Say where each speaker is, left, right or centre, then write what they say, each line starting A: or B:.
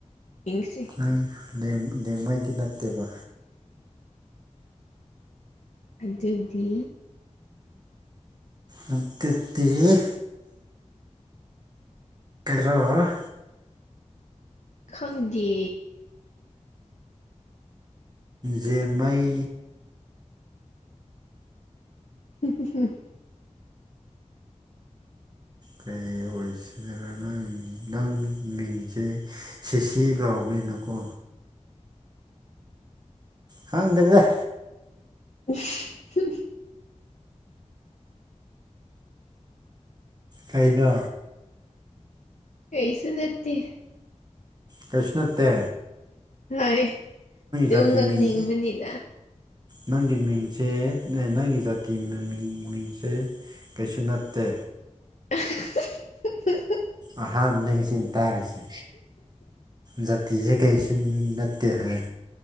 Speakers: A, on the left; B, on the right.
A: ꯏꯪꯁꯦ
B: ꯑꯩ ꯂꯦꯡꯉꯩꯗꯤ ꯅꯠꯇꯦꯕ
A: ꯑꯗꯨꯗꯤ
B: ꯎꯝ ꯇꯠꯇ ꯀꯔꯣ
A: ꯈꯪꯗꯦ
B: ꯖꯦ ꯃꯩ
A: ꯎ ꯍꯨꯝ
B: ꯀꯩ ꯑꯣꯏꯁꯤꯔ ꯅꯪ ꯅꯪ ꯃꯤꯡꯁꯦ ꯁꯤꯁꯤ ꯂꯥꯎꯕꯅꯤꯅꯀꯣ ꯈꯥꯡꯪꯗ꯭ꯔꯒ
A: ꯎ ꯍ
B: ꯇꯥꯏꯩꯅ
A: ꯀꯩꯁꯨ ꯅꯠꯇꯦ
B: ꯀꯩꯁꯅꯠꯇꯦ
A: ꯍꯣꯏ ꯑꯗꯨꯝ
B: ꯖꯥꯇꯤ
A: ꯅꯛꯅꯤꯡꯕꯅꯤꯗ
B: ꯃꯤꯡ ꯅꯪꯒꯤ ꯃꯤꯡꯁꯦ ꯅꯪꯒꯤ ꯖꯥꯇꯤ ꯃꯤꯡꯁꯦ ꯀꯩꯁꯨ ꯅꯠꯇꯦ
A: <inaudible>
B: ꯑꯍꯥ ꯑꯅꯒꯤ ꯆꯤꯟ ꯇꯥꯔꯁꯦ ꯖꯥꯇꯤꯁꯦ ꯀꯔꯤꯁꯨ ꯅꯠꯇꯦ ꯍꯥꯏ